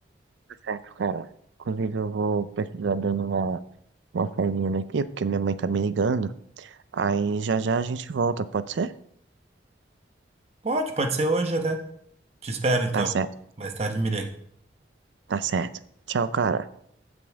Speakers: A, on the right (about 85°); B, on the right (about 35°).
A: certo, cara. Inclusive, eu vou precisar dando uma, uma saidinha daqui, porque minha mãe tá me ligando. Aí já já a gente volta, pode ser?
B: Pode, pode ser hoje até. Te espero, então.
A: Tá certo,
B: Mais tarde me liga.
A: tá certo. Tchau, cara.